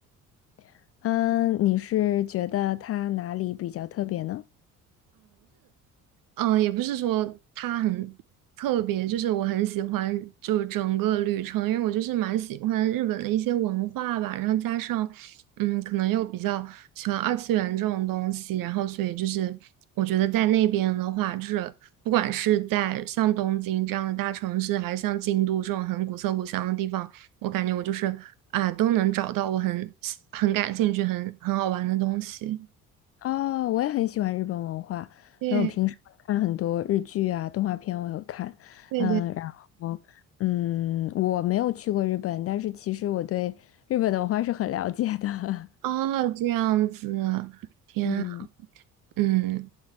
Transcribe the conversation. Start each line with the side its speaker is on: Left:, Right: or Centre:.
Left: <laughs> 嗯，你是觉得它哪里比较特别呢？
Right: 嗯，呃也不是说它很特别，就是我很喜欢，就整个旅程，因为我就是蛮喜欢日本的一些文化吧，然后加上，嗯，可能又比较喜欢二次元这种东西，然后所以就是我觉得在那边的话，就是不管是在像东京这样的大城市，还是像京都这种很古色古香的地方，我感觉我就是啊，都能找到我很很感兴趣、很很好玩的东西。
Left: 哦，我也很喜欢日本文化，
Right: 对
Left: 还有平时会看很多日剧啊、动画片，我有看。
Right: 对对，
Left: 嗯，然后嗯，我没有去过日本，但是其实我对日本的文化是很了解的。
Right: 哦，这样子，
Left: <laughs>
Right: 天啊
Left: 嗯。
Right: 嗯